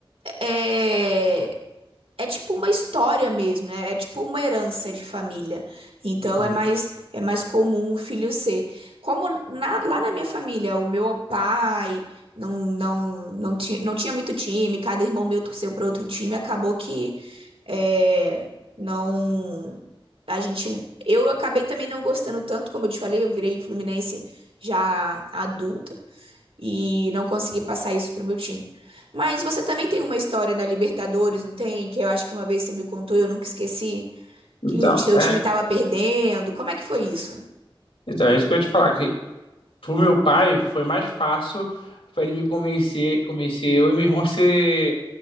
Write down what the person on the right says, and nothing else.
É... é tipo uma história mesmo, né? É tipo uma herança de família. Então
é mais é mais comum o filho ser. Como na- lá na minha família, o meu pai não não não tinha, não tinha muito time, cada irmão meu torceu para outro time, acabou que é, não. A gente, eu acabei também não gostando tanto, como eu te falei, eu virei Fluminense já adulta e não consegui passar isso pro meu time. Mas você também tem uma história na Libertadores, não tem? Que eu acho que uma vez você me contou, e eu nunca esqueci,
que o seu
time tava perdendo. Como é que foi isso?